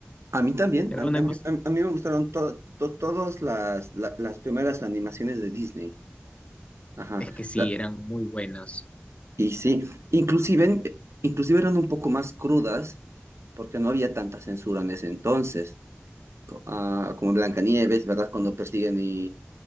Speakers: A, on the right; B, on the left.
A: A mí también,
B: Era
A: a, mí
B: una
A: a mí-
B: cosa.
A: a mí- a mí me gustaron to- to- todas las, la- las primeras animaciones de Disney. Ajá,
B: Es que sí,
A: la-
B: eran muy buenas.
A: y sí, inclusive, inclusive eran un poco más crudas porque no había tanta censura en ese entonces, co- ah, como en Blancanieves, ¿verdad? Cuando persiguen y